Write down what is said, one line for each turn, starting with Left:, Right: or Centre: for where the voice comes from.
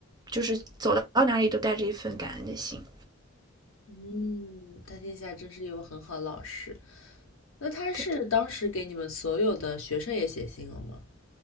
Right: 就是走到哪里都带着一份感恩的心。
Left: 嗯，他听起来真是一位很好的老师。那他是当时给你们所有的学生也写信了吗？
Right: 对，